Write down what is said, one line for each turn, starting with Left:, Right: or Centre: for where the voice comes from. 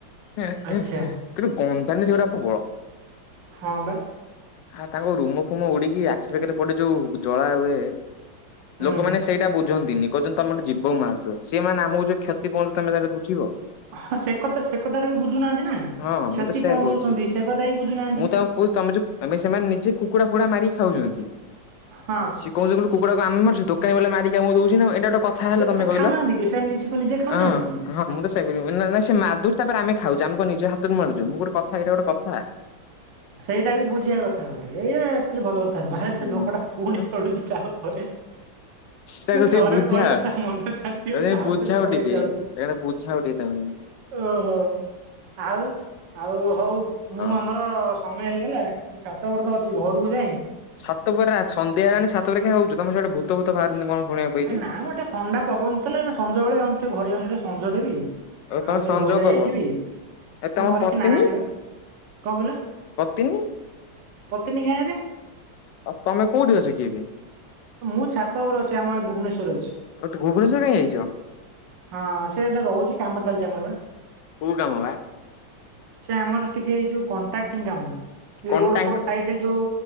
Left: କିନ୍ତୁ
Right: ଆଚ୍ଛା
Left: ଗ ତମେ <unintelligible> ସେ ଗୁରା ଫୁଙ୍କ? <unintelligible>
Right: ହଁ ବା।
Left: ଆ ତାଙ୍କ ରୁମ ଫୁମ ଉଡିକି ଆଖି ପାଖିରେ ପଡେ। ଯୋଉ ଜଳା ହୁଏ।
Right: ହୁଁ
Left: ଲୋକମାନେ ସେଇଟା ବୁଝନ୍ତିନି। କହୁଛନ୍ତି ତମେ ଗୋଟେ ଜୀବ ମାରୁଛ। ସେମାନେ ଆମ ର କ୍ଷତି ପହଞ୍ଚେ ତମେ ତାହଲେ ବୁଝିବ?
Right: ହଁ ସେ କଥା ସେ କଥାଟା ବି ବୁଝୁନାହାନ୍ତି ନା।
Left: ହଁ
Right: କ୍ଷତି
Left: ମୁଁ ତ ସେୟା
Right: ପହଁଚଉଛନ୍ତି।
Left: କହୁଛି
Right: ସେ କଥା ବି ବୁଝୁନାହାନ୍ତି।
Left: ମୁଁ ତାଙ୍କୁ ତମେ ଯଉ ମାନେ ସେମାନେ ନିଜେ କୁକୁଡ଼ା ଫୁକୁଡା ମାରିକି ଖାଉଛନ୍ତି।
Right: ହଁ
Left: ସଏ କହୁଛନ୍ତି କଣ କୁକୁଡାକୁ କଣ ଆମେ ମାରୁଛୁ? ଦୋକାନୀ ବାଲା ମାରିକି ଆମକୁ ଦଉଛି ନା ଆଉ। ଏଟା ଗୋଟେ କଥା
Right: ଆ
Left: ହେଲା?
Right: ସେ
Left: ତମେ
Right: ତ
Left: କହିଲ?
Right: ଖାଉନାହାନ୍ତି କି ସେ ନି- ସେ କଣ ନିଜେ ଖାଉନାହାନ୍ତି
Left: ହଁ
Right: କି
Left: ହଁ ମୁଁ ତ ସେଇଆ କହୁଚି। ନାଁ ନାଁ ସେ ମାରିଦଉଛି। ତାପରେ ଆମେ ଖାଉଛୁ। ଆମେ କଣ ନିଜ ହାତରୁ ମାରୁଛୁ? ମୁଁ ଗୋଟେ କଥା ଏଇଟା ଗୋଟେ କଥା?
Right: ସେଇଟା ବି ବୁଝିବା କଥା ଗୋଟେ। ଏଇଟା ଭଲ କଥା <unintelligible> ନୁହେଁ।
Left: ହୁଁ
Right: ସେ ଲୋକଟା ପୁଣି
Left: ଉଁ
Right: ଚଢୁଛି ତାପରେ
Left: ତାକୁ ଟିକେ
Right: ଥରେ
Left: ବୁଝାଅ
Right: ପଡିଲା ତା ମନ ଶାନ୍ତି
Left: ତାକୁ
Right: ହଉନି।
Left: ଯାଇ
Right: ଆଉ
Left: ବୁଝାଅ
Right: ଥରେ ପଡିବାକୁ
Left: ଟିକେ।
Right: ଯାଉଛି।
Left: ତାକୁ ବୁଝାଅ ଟିକେ ତାକୁ ଯାଇକି
Right: ଓ ହୋ। ଆଉ? ଆଉ ହଉ। ମୁଁ
Left: ହଁ।
Right: ଆମର ସମୟ ହେଇଗଲା। ଛାତ ଉପରେ ତ ଅଛି। ଘରକୁ ଯାଏ।
Left: ଛାତ ଉପରେ ସନ୍ଧ୍ୟା ହେଲାଣି ଛାତ ଉପରେ କାଇଁ ଯାଉଛ? ତମେ ସିଆଡେ ଭୂତ ଭୂତ ବାହାରେନା କଣ ଶୁଣିବାକୁ ପାଇଛି।
Right: ଆ ନା ମ ଟିକେ ଥଣ୍ଡା ପବନ ଥିଲାନା। ସଞ୍ଜବେଳେ ଯାଉଛି ଟିକେ ଘରେ ଯାଉଛି ଟିକେ ସଞ୍ଜ ଦେବି।
Left: ଆଉ ତମେ
Right: ଟିକେ
Left: ସଞ୍ଜ
Right: ଧୋଇ ଧାଇ
Left: ଦବ।
Right: ହେଇଯିବି
Left: ଆଉ
Right: ଆମ
Left: ତମ
Right: ଘରେ
Left: ପତ୍ନୀ?
Right: କେହି ନାହାନ୍ତି ବା କଣ କହିଲ?
Left: ପତ୍ନୀ?
Right: ପତ୍ନୀ ଗାଁରେ।
Left: ଆଉ ତମେ କୋଉଠି ଅଛ କି?
Right: ମୁଁ ଛାତ ଉପରେ ଅଛି ଆମର ଏଇ ଭୁବନେସ୍ୱରରେ ଅଛି।
Left: ଓ ତୁ ଭୁବନେଶ୍ୱର କାଇଁ ଯାଇଛ
Right: ହଁ ସେଟା ରହୁଛି କାମ ଚାଲିଛି ଆମର ଏବେ।
Left: କୋଉ କାମ ବା
Right: ସେ ଆମର ଟିକେ ଏଇ ଯୋଉ କଣ୍ଟ୍ରାକ୍ଟିଂ କାମ ଏଇ
Left: କଣ୍ଟାଙ୍କ
Right: ରୋଡ ଫୋଡ଼ ସାଇଡରେ ଯୋଉ